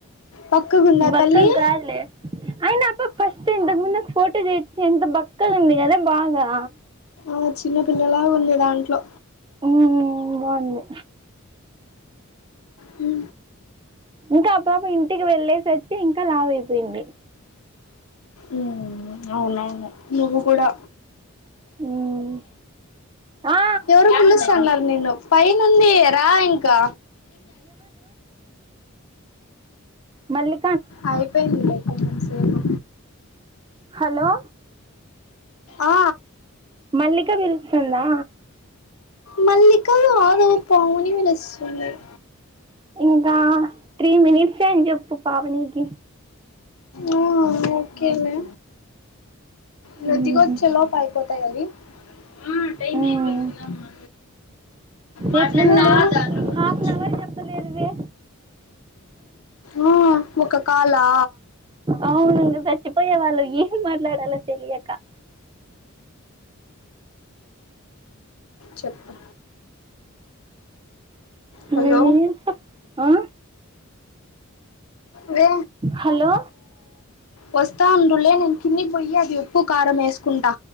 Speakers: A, on the left; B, on the right.
A: బక్కగుందా
B: బక్కగా
A: తల్లీ.
B: కాదులే అయినా అప్ప ఫస్ట్ ఇంతక్ ముందే ఫోటో చేయిచ్చ ఎంత బక్కగుంది కదా బాగా
A: ఆ చిన్న పిల్లలాగుంది దాంట్లో
B: మ్ బాగుంది.
A: హ్
B: ఇంకా పాప ఇంటికి వెళ్లేేసచ్చి ఇంకా లావైపోయింది.
A: మ్ అవునవును నువ్వు కూడా
B: ఉమ్ ఆ
A: ఎవరో పిలుస్తా ఉన్నారు నేను ఫైనుంది రా ఇంకా
B: మళ్ళి
A: అయిపోయిందిలె కొంచం సేపు
B: హలో
A: ఆ
B: మల్లిక పిలుస్తుందా?
A: మల్లిక కాదు పావని వాళ్ళ <inaudible>
B: ఇంకా త్రీ మినిట్సే అన్ జెప్పు పావనికి
A: ఆ ఓకేలే ఇగో
B: ఉమ్
A: దిగొచ్చేలోప్ అయిపోతాయి అవి ఆ టైం
B: ఉమ్
A: అయిపోయింది పోదామా మాట్లాడ్తా
B: ఎట్లనో
A: ధరణి గుర్తొచ్చింది.
B: హాఫ్ అన్ అవర్ చెప్పలేదువే
A: ఆ ఒక కాలా
B: అవును ఇంక చచ్చిపోయే వాళ్ళు ఏం మాట్లాడాలో తెలియక
A: చెప్పు హలో
B: వెయ్యే ఇత్తం ఆ
A: వే
B: హలో
A: వస్తాన్ డుల్ అదే నేను కిందికి పోయి అది ఉప్పు, కారం ఏస్కుంటా